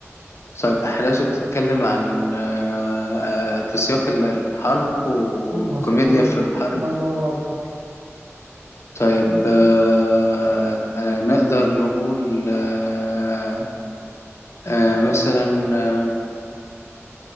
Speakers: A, on the left; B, on the right.
A: طيب أحداثه بتتكلم عن آه، آه، في سياق ال- الحرب والكوميديا
B: مظبوط
A: في الحرب
B: الله ينور عليك
A: طيب آه آه نقدر نقول آه آه مثلا آه،